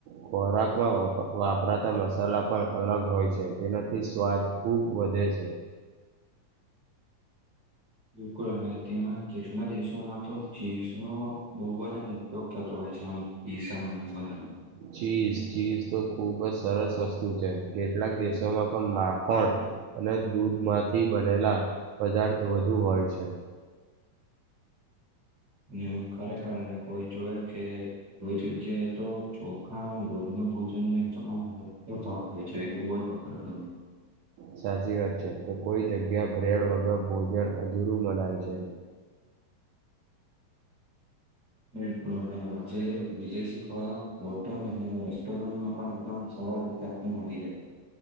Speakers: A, on the right; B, on the right.
A: ખોરાકમાં વાપરાતા મસાલા પણ અલગ હોય છે તેનાથી સ્વાદ ખૂબ વધે. છે.
B: બિલકુલ અને ત્યાં કેટલા દેશોમાં તો ચીઝનો બહુ બધા આમ ઉપયોગ થતો હોય છે આમ ગસમ અને એ બધામાં.
A: ચીઝ ચીઝ તો ખુબ જ સરસ વસ્તુ છે, કેટલાક દેશોમાં પણ માખણ. અને દૂધ માંથી બનેલા પદાર્થ વધુ હોય છે.
B: એમ ખરેખર ને કોઈ જોય કે કોઈ જગ્યાએ તો ચોખા રોજ ના ભોજન ના એક તમામ મુખ્ય ભાગ હોય છે. એ બહુ જ વપરા ત.
A: સાચી વાત છે, કે કોઈ જગ્યા, બ્રેડ વગર ભોજન અધૂરું મનાય છે.
B: <inaudible> બિલકુલ, અને આજે વિજયીખ હોટલ અને રેસ્ટોરન્ટમાં પણ એકમ તે આપને, મારી જાય